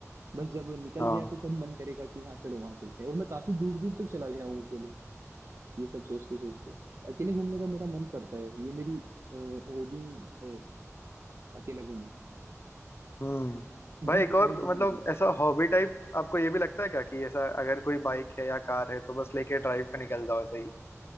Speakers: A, on the right (about 60°); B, on the left (about 50°).
A: बस जब निकल
B: हाँ
A: गया तो तब मन करेगा कि हाँ चलो वहां चलते हैं और मैं काफी दूर दूर तक चला गया हूँ अकेले ये सब सोचते सोचते अकेले घूमने का मेरा मन करता है ये मेरी हॉबी है अकेला घूमना
B: हम्म भाई
A: विद
B: एक और
A: ओल्ड
B: मतलब
A: म्यूजिक
B: ऐसा हॉबी टाइप आपको ये भी लगता है क्या कि ऐसा अगर कोई बाइक है या कार है तो बस लेके ड्राइव पे निकल जाओ ऐसे ही